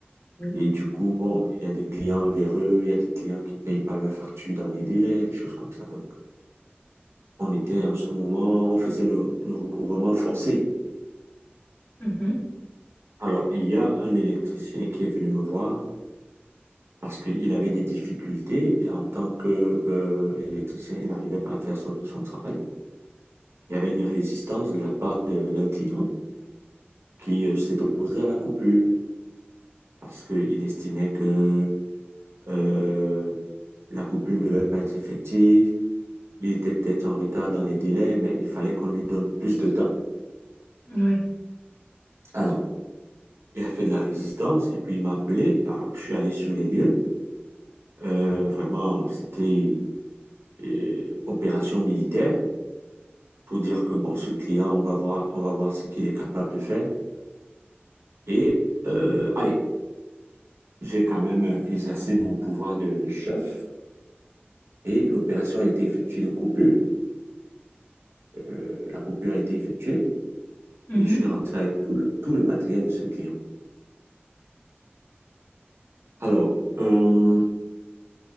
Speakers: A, on the left; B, on the right.
A: oui.
B: Et du coup, bon, il y a des clients véreux, il y a des clients qui payent pas leurs factures dans les délais, des choses comme ça. Donc, on était en ce moment, on faisait le, le recouvrement forcé.
A: Mhm,
B: Alors, il y a un électricien qui est venu me voir parce qu'il avait des difficultés en tant que euh, électricien, il n'arrivait pas à faire son, son travail. Il y avait une résistance de la part d'un client qui euh, s'est opposé à la coupure parce qu'il estimait que euh, La coupure ne devait pas être effective. Il était peut-être en retard dans les délais, mais il fallait qu'on lui donne plus de temps.
A: mhm, ouais.
B: Alors, il a fait de la résistance et puis il m'a appelé. Alors, je suis allé sur les lieux. Euh, vraiment, c'était euh, opération militaire pour dire que bon, ce client, on va voir, on va voir ce qu'il est capable de faire. Et euh, allez, j'ai quand même euh, exercé mon pouvoir de, de chef et l'opération a été effectuée de coupure. Euh, la coupure a été effectuée
A: Mhm.
B: et je suis rentré avec tout le, tout le matériel de ce client. Alors, euh,